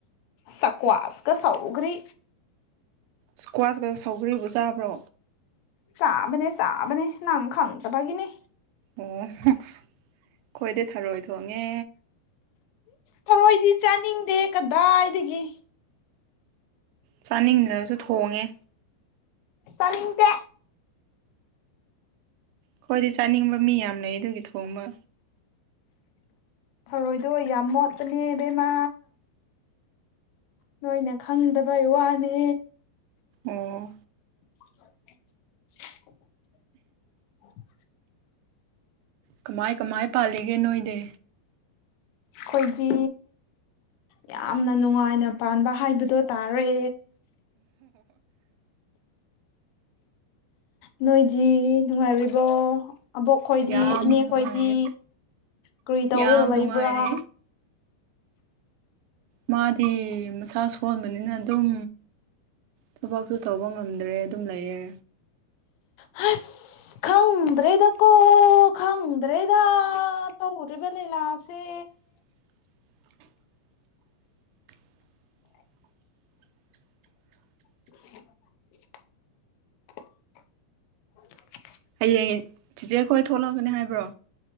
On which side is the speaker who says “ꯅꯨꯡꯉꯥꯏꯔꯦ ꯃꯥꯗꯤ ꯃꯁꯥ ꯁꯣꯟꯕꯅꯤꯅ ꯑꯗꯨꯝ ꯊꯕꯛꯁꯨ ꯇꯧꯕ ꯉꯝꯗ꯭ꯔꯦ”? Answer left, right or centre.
Right